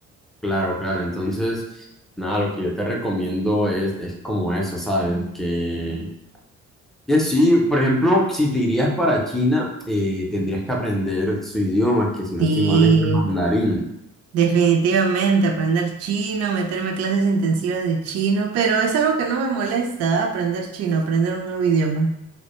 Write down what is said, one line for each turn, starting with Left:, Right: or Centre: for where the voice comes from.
Centre: Claro, claro. Entonces, nada, lo que yo te recomiendo es, es como eso, ¿sabes? Que, que sí, por ejemplo, si te irías para China, eh, tendrías que aprender su idioma, que si no
Right: Sí,
Centre: estoy mal es el mandarín.
Right: definitivamente, aprender chino, meterme a clases intensivas de chino, pero es algo que no me molesta, ¿ah? aprender chino, aprender un nuevo idioma.